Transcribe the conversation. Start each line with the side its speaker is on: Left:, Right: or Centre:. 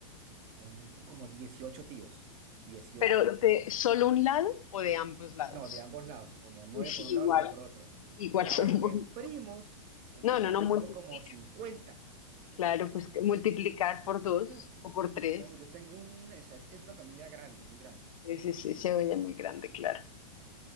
Right: Ponle tú como 18 tíos. dieciocho
Left: ¿Pero de solo un lado o de ambos lados?
Right: No, de ambos lados, como nueve
Left: Uy,
Right: por
Left: igual,
Right: un lado y 9 por otro.
Left: igual
Right: Y ahora,
Left: son. un mon-
Right: en primos, en
Left: No,
Right: primos
Left: no, no,
Right: yo
Left: <laughs> multiplica.
Right: tengo como 50.
Left: Claro, pues que multiplicar por dos
Right: <laughs>
Left: o por tres.
Right: Yo tengo, yo tengo un, o sea, es que es una familia grande, muy grande.
Left: Sí, sí, sí, se oye muy grande, claro.